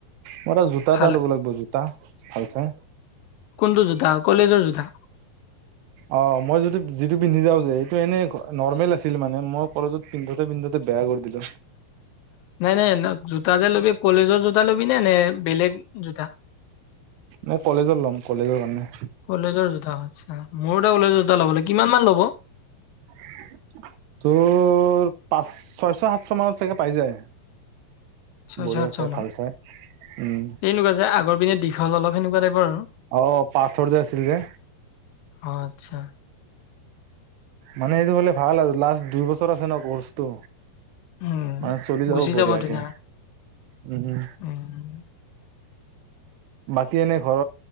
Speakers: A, on the right (about 85°); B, on the left (about 75°).
A: মোৰ এটা জোতা
B: ভাল
A: এটা লব লাগিব জোতা পাইছোই।
B: কোনটো জোতা কলেজৰ জোতা।
A: অ মই যটো যিটো পিন্ধি যাও যে এইটো এনে নৰ্মেল আছিল মানে মই কলেজত পিন্ধোতে পিন্ধতে। বেয়া কৰি দিলো।
B: <unintelligible> নাই নাই জোতা যে ল'বি কলেজৰ জোতা ল'বি নে নে বেলেগ জোতা।
A: মই কলেজত লম কলেজৰ কাৰণে।
B: কলেজৰ জোতা আচ্ছা মোৰ এটা ওলাইছো দুটা ল'বলৈ কিমান ল'ব।
A: <inaudible> তোৰ পাঁচ ছয়শ সাতশ মানত চাগে পাই যায়।
B: ছয়শ
A: বঢ়িয়া
B: সাতশ
A: চাই
B: মানত
A: ভাল চাই। উম
B: এনেকুৱা যে আগৰ পিনে দীঘল অলপ সেনেকুৱা টাইপৰ আৰু।
A: অ পাথৰ যে আছিল যে
B: অ আচ্ছা।
A: মানে সটো হলে ভাল আৰু লাষ্ট দুই বছৰ আছে ন কৰ্চটো
B: উম
A: মানে চলি যাব
B: গুচি
A: বঢ়ীয়াকে
B: ধুনীয়া
A: উম
B: উম
A: বাকী এনে ঘৰ